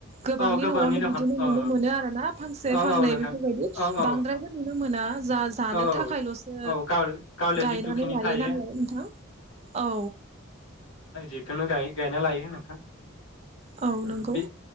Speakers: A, on the right (about 30°); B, on the left (about 75°).
A: गोबांनि
B: औ
A: न'आवनो
B: दखान
A: बिदिनो
B: औ
A: नुनो मोनो आरोना फांसे
B: औ
A: फांनै
B: औ नोंथां
A: बेफोरबायदि
B: औ औ
A: बांद्रायबो नुनो मोना जा-जानो
B: औ
A: थाखायल'सो
B: औ गाव गावलियाव
A: गायनानै
B: जिथुखिनि
A: लायो
B: थायो
A: नालाय नोंथां औ।
B: बेखोनो गायो गायना लायो नोंथां।
A: औ
B: ओम
A: नंगौ
B: बे